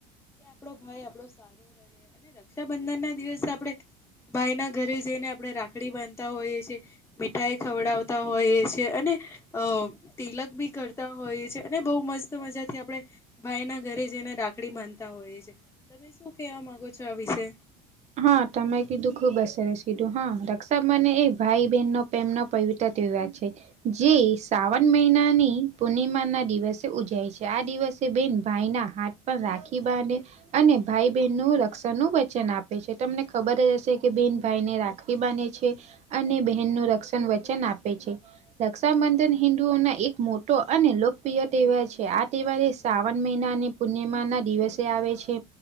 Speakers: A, on the left (about 15°); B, on the right (about 45°).
A: કે આપડો ભાઈ આપણો સારો રહે અને રક્ષાબંધન ના દિવસે આપણે ભાઈ ના ઘરે જઈને આપણે રાખડી બાંધતા હોઈએ છીએ. મીઠાઈ ખવડાવતા હોય છે અને અ તિલક બી કરતા હોયએ છે અને બહુ મસ્ત મજાથી આપણે ભાઈ ના ઘરે જઈને રાખડી બાંધતા હોઈએ છીએ. તમે શું કેવા માંગોછો? વિશે
B: હા, તમે કીધું ખૂબ અ સરસ કીધું હા રક્ષા મને એ ભાઈ-બહેનનો પ્રેમનો પવિત્ર તહેવાર છે. જે શ્રાવણ મહિનાની પૂર્ણિમા ના દિવસે ઉજાય છે આ દિવસે તે બેન ભાઈના હાથ પણ રાખી બાધે અને ભાઈ-બહેન નું રક્ષણ નનું વચન આપે છે તમને ખબર જ હશે કે બેન ભાઈને રાખ ખી બાધે છે અને બહેન નું રક્ષણ વચન આપે છે. રક્ષાબંધન હિન્ંદુઓ ના એક મોટો અને લોકપ્રિય તહેવાર છે આ તહેવારે શ્રાવણ મહિનાની પૂર્ણિમાના દિવસે આવે છે.